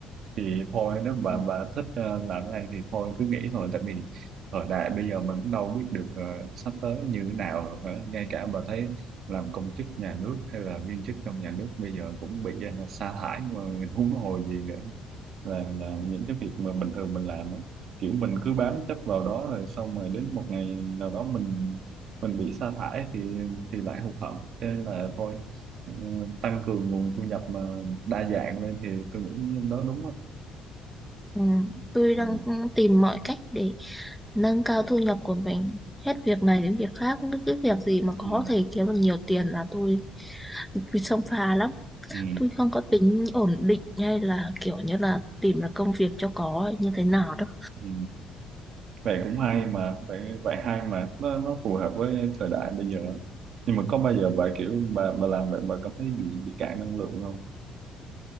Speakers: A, on the right; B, in the centre.
A: thì thôi nếu bà
B: Ừ.
A: bà thích ờ, làm cái này thì thôi cứ nghỉ thôi tại vì thời đại bây giờ mình cũng đâu biết được ờ, sắp tới như thế nào rồi, hả? ngay cả bà thấy làm công chức nhà nước hay là viên chức trong nhà nước bây giờ cũng bị ờ, sa thải mà huống hồ gì nữa là, là những cái việc mà bình thường mình làm á kiểu mình cứ bám chấp vào đó rồi xong rồi đến một ngày nào đó mình mình bị sa thải thì thì lại hụt hẫng thế nên là thôi ờ, tăng cường nguồn thu nhập mà đa dạng lên thì tôi nghĩ đó đúng á
B: Ừ, tôi
A: ừ.
B: đang tìm mọi cách để nâng cao thu nhập của mình hết việc này đến việc khác những cái việc gì mà có
A: Ừ.
B: thể kiếm được nhiều tiền là tôi tôi xông pha lắm
A: Ừ.
B: tôi không có tính ổn định hay là kiểu như là tìm là công việc cho có hay như thế nào đâu
A: Ừ. vậy cũng hay mà vậy vậy hay mà nó nó phù hợp với thời đại bây giờ nhưng mà có bao giờ bà kiểu bà bà làm vậy bà cảm thấy bị bị cạn năng lượng không